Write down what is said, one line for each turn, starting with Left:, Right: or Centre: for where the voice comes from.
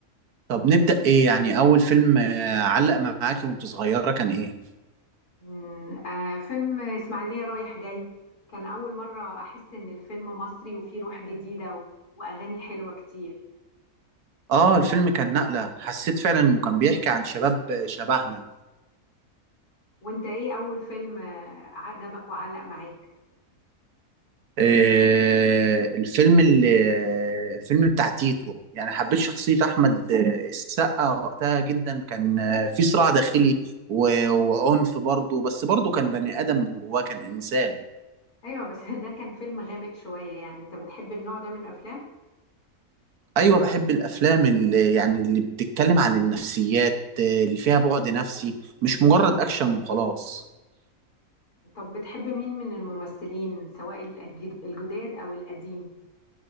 Right: طب نبدأ ايه يعني اول فيلم آه، علق معاكي وانت صغيرة كان ايه
Left: مم، آه فيلم اسماعيلية رايح جاي كان اول مرة احس ان الفيلم مصري وفيه روح جديدة و... واغاني حلوة كتير
Right: اه الفيلم كان نقلة حسيت فعلا انه كان بيحكي عن شباب آه، شبهنا
Left: وانت ايه اول فيلم آه عجبك وعلق معاك
Right: آه، الفيلم اللي الفيلم بتاع تيتو يعني حبيت شخصية أحمد آه، السقا وقتها جدا كان آه، في صراع داخلي و- وعنف برضه بس برضه كان بني آدم من جواه كان إنسان
Left: ايوه بس <laughs> ده كان فيلم غامق شوية يعني انت بتحب النوع ده من الافلام
Right: أيوة بحب الأفلام اللي يعني اللي بتتكلم عن النفسيات آه، اللي فيها بعد نفسي مش مجرد أكشن وخلاص
Left: طب بتحب مين من الممثلين سواء الجد- الجداد او القديم